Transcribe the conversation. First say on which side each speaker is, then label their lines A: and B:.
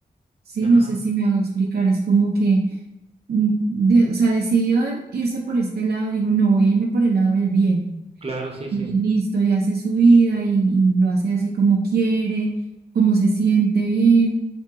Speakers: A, on the right; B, on the right.
A: Sí,
B: Ah,
A: no sé si me hago explicar, es como que, mm, de- o sea, decidió irse por este lado, dijo, no, voy a irme por el lado del bien
B: claro, sí, sí.
A: y listo, y hace su vida y, y lo hace así como quiere, como se siente bien,